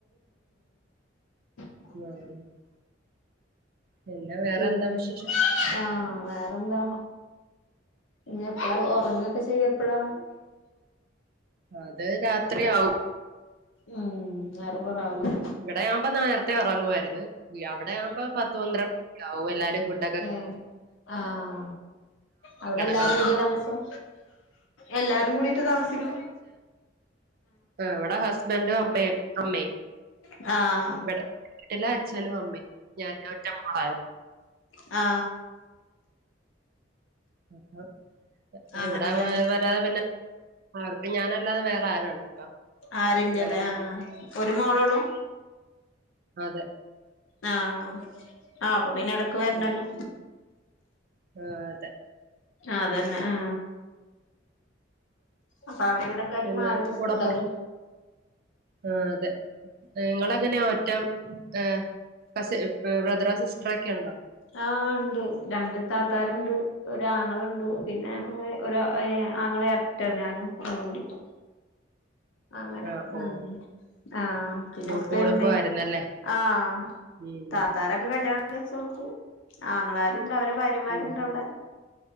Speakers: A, on the left; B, on the right.
A: <unintelligible>
B: <unintelligible> പിന്നെ വേറെ
A: പിന്
B: എന്താ വിശേഷം
A: ആഹ വേറെന്താ ഇനി എപ്പളാ ഉറങ്ങൊക്കെ ചെയ്യ എപ്പളാ
B: അത് രാത്രിയാവും
A: ഉം നേരംകൊറേ ആവല്ലേ
B: ഇവിടെയാവുമ്പോ നേരത്തെ ഉറങ്ങുവായിരുന്ന്‌, അവിടെയാവുമ്പോ പത്ത് പന്ത്രണ്ട് മണി ആകും എല്ലാരരും കൂടി
A: ഏ ആഹ അവിടെ
B: കിടക്കാൻ
A: എല്ലാരും
B: പറ്റും
A: കൂടിയ താമസം? എല്ലാരും കൂടീട്ട്താമസിക്കണ്‌
B: ആ ഇവിടെ ഹസ്ബന്റുംഅമ്മയും അമ്മയും.
A: ആ ആ
B: വീട്ടില് അച്ഛനും അമ്മയും ഞാൻ ഒറ്റമോളാ.
A: ആ
B: അപ്പ
A: അങ്ങനല്ലേ
B: <inaudible> ഇവിടെ വരാതെ പിന്നെ അവർക്ക് ഞാനല്ലാതെ വേറെ ആരുണ്ട്? അപ്പൊ
A: ആരുല്ല്യലേ
B: അങ്ങനെ വന്ന്
A: ആ ഒരു മോളോള്ളൂ?
B: അതെ
A: ആഹ ആ അപ്പൊ പിന്നെടക് വരണല്ലോ.
B: ഉം, ഉം. ആ, അതെ
A: അതന്നെ ആ. അപ്പൊ അവിടെ ഇവിടൊക്കെ ആയിട്ട്
B: പിന്നെ
A: മാറി നിക്ക്ണ്ടാവും
B: കൂടപ്പുറം
A: ലേ?
B: ആ അതെ, നിങ്ങളെങ്ങനെ ഒറ്റം ഏ കസി ബ്രദറോ സിസ്റ്ററൊക്കെയുണ്ടോ?
A: ആഹ് ഇണ്ട് രണ്ട് താത്താര്ണ്ട് ഒരാങ്ങളണ്ട് പിന്നെ നങ്ങള് ഒരു ആങ്ങളെ എരട്ട ആണ് ഞാനും ഓനും കൂടീട്ട്. അങ്ങനെ
B: ആ, ഓ
A: മ് ആഹ പിന്നെ
B: കൂട്ടുകുടുംബമായിരുന്നല്ലേ
A: ഉപ്പേമ്മേ ആഹ
B: ഉം
A: താത്താരൊക്കെ കല്യാണം- വെച്ച് കൊടുത്തു ആങ്ങളാരുണ്ട് അവരെ ഭാര്യമാരുണ്ട
B: ഉം
A: അവിടെ